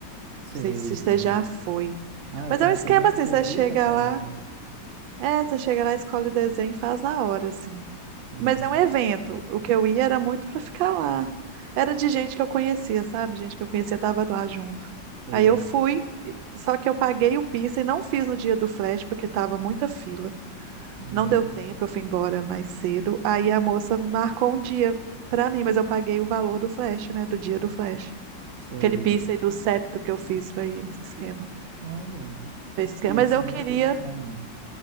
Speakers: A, on the right; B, on the right.
A: Sei,
B: sei se
A: sei.
B: você já foi.
A: Ah, eu
B: Mas
A: tenho
B: é um
A: uma
B: esquema
A: prima que
B: assim,
A: fez
B: você
A: duas
B: chega
A: tatuagens
B: lá,
A: nisso.
B: é, você chega lá, escolhe o desenho e faz na hora, assim.
A: Sim,
B: Mas é um evento. O que eu ia era muito pra ficar lá. Era de gente que eu conhecia, sabe? Gente que eu conhecia tava lá junto.
A: sei.
B: Aí eu fui, e- só que eu paguei o piercing, não fiz no dia do flash, porque tava muita fila.
A: Hum,
B: Não deu tempo, eu fui embora mais cedo. Aí a moça marcou um dia pra mim, mas eu paguei o valor do flash, né? Do dia do flash.
A: sei.
B: Aquele piercing do septo que eu fiz foi esse esquema.
A: Olha,
B: Foi esse esquema.
A: piercing
B: Mas eu queria,
A: eu não sou muito fã, não.